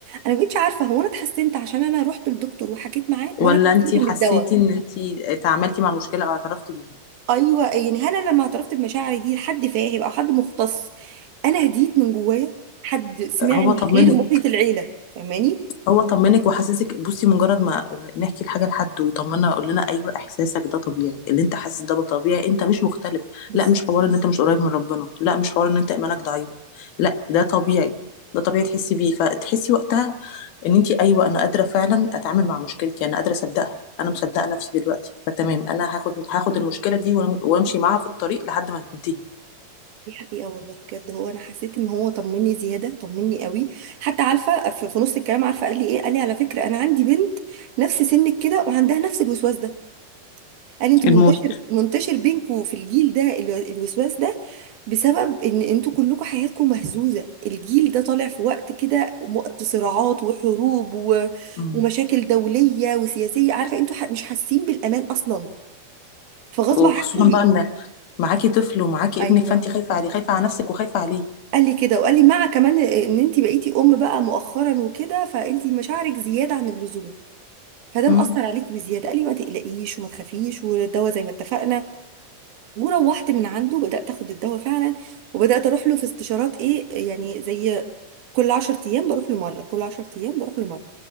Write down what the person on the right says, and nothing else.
انا ما بقتش عارفه هو انا اتحسنت عشان انا رحت للدكتور وحكيت معاه
ولا اتحسنت
من
الدواء
ايوه يعني هل انا لما اعترفت بمشاعري دي لحد فاهم او حد مختص انا هديت من جوايا حد سمعني
غير محيط العيله فاهماني
بالظبط
دي حقيقة والله بجد هو أنا حسيت إن هو طمني زيادة طمني قوي حتى عارفة في في نص الكلام عارفة قال لي إيه قال لي على فكرة أنا عندي بنت نفس سنك كده وعندها نفس الوسواس ده قال لي أنتوا
منتشر منتشر بينكوا في الجيل ده الو- الوسواس ده بسبب ان انتوا كلكم حياتكم مهزوزة الجيل ده طالع في وقت كده وقت صراعات وحروب و...
ومشاكل دولية وسياسية عارفة انتوا ح... مش حاسين بالامان اصلا فغصب
عنكم بي...
ايوه
قال لي كده وقال لي مع كمان ان انت بقيتي ام بقى مؤخرا وكده فانت مشاعرك زيادة عن اللزوم فده
مأثر عليكي بزيادة قال لي ما تقلقيش وما تخافيش والدواء زي ما اتفقنا وروحت من عنده بدأت اخد الدواء فعلا وبدأت اروح له في استشارات ايه يعني زي كل 10 ايام بروح لمره كل 10 ايام بروح لمره